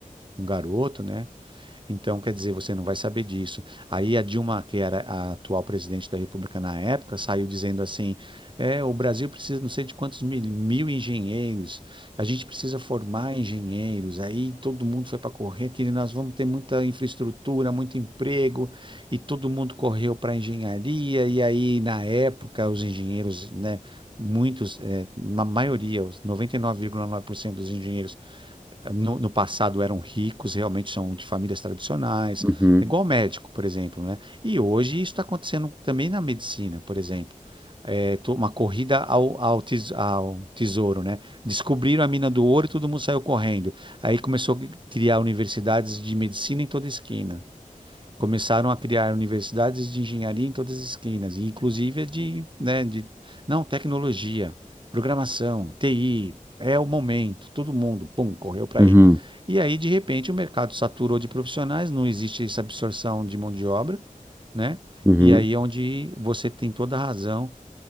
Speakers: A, on the right (about 35°); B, on the right (about 15°).
A: um garoto, né? Então, quer dizer, você não vai saber disso. Aí a Dilma, que era a atual presidente da República na época, saiu dizendo assim: é, o Brasil precisa não sei de quantos mil, mil engenheiros, a gente precisa formar engenheiros. Aí todo mundo foi para correr, que nós vamos ter muita infraestrutura, muito emprego, e todo mundo correu para a engenharia. E aí, na época, os engenheiros, né? Muitos, é, na maioria, os 99,9% dos engenheiros no, no passado eram ricos, realmente são de famílias tradicionais,
B: uhum,
A: é igual médico, por exemplo, né? E hoje isso está acontecendo também na medicina, por exemplo. É to- uma corrida ao, ao tes- ao tesouro, né? Descobriram a mina do ouro e todo mundo saiu correndo. Aí começou a criar universidades de medicina em toda esquina. Começaram a criar universidades de engenharia em todas as esquinas, e inclusive de, né, de, não, tecnologia, programação, TI, é o momento, todo mundo, pum, correu para
B: uhum,
A: aí. E aí, de repente, o mercado saturou de profissionais, não existe essa absorção de mão de obra, né?
B: uhum.
A: E aí é onde você tem toda a razão